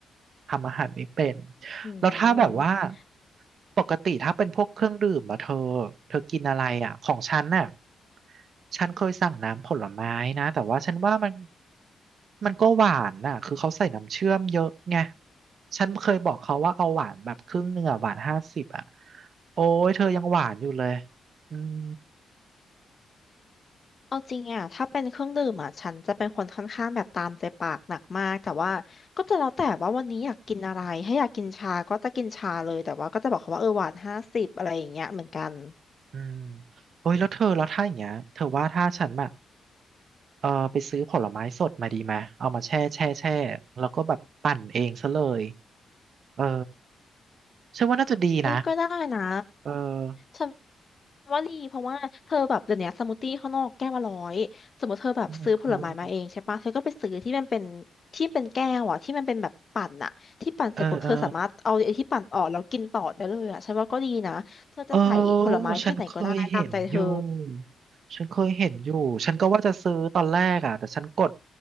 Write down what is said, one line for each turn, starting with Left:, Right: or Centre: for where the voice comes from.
Right: ทำอาหารไม่เป็น
Left: อืม
Right: แล้วถ้าแบบว่าปกติถ้าเป็นพวกเครื่องดื่มอะเธอเธอกินอะไรอะของฉันน่ะฉันเคยสั่งน้ำผลไม้นะแต่ว่าฉันว่ามันมันก็หวานน่ะคือเขาใส่น้ำเชื่อมเยอะไงฉันเคยบอกเขาว่าเอาหวานแบบครึ่งหนึ่งอะหวานห้าสิบอะโอ้ยเธอยังหวานอยู่เลยอืม
Left: เอาจริงอ่ะถ้าเป็นเครื่องดื่มอ่ะฉันจะเป็นคนค่อนข้างแบบตามใจปากหนักมากแต่ว่าก็จะแล้วแต่ว่าวันนี้อยากกินอะไรถ้าอยากกินชาก็จะกินชาเลยแต่ว่าก็จะบอกเขาว่าเออหวานห้าสิบอะไรอย่างเงี้ยเหมือนกัน
Right: อืมโอ้ยแล้วเธอแล้วถ้าอย่างเงี้ยเธอว่าถ้าฉันแบบเออไปซื้อผลไม้สดมาดีไหมเอามาแช่แช่แช่แล้วก็แบบปั่นเองซะเลย เออฉันว่าน่าจะดีนะ
Left: เอ้ยก็ได้นะ
Right: เออ
Left: ฉันว่าดีเพราะว่าเธอแบบเดี๋ยวนี้สมูทตี้ข้างนอกแก้วละร้อยสมมติเธอแบบซื้อผลไม้มาเองใช่ปะเธอก็ไปซื้อที่มันเป็น
Right: Oh my god
Left: ที่เป็นแก้วอ่ะที่มันเป็นแบบปั่นอ่ะที่ปั่นเสร็จปุ๊บเธอสามารถเอาไอ้ที่ปั่นออกแล้วกินต่อได้เลยอ่ะฉันว่าก็ดีนะเธอจะใส่ผลไม้แค่ไหนก็ได้ตามใจเธอ
Right: เออเออเออฉันเคยเห็นอยู่ฉันเคยเห็นอยู่ฉันก็ว่าจะซื้อตอนแรกอ่ะแต่ฉันกด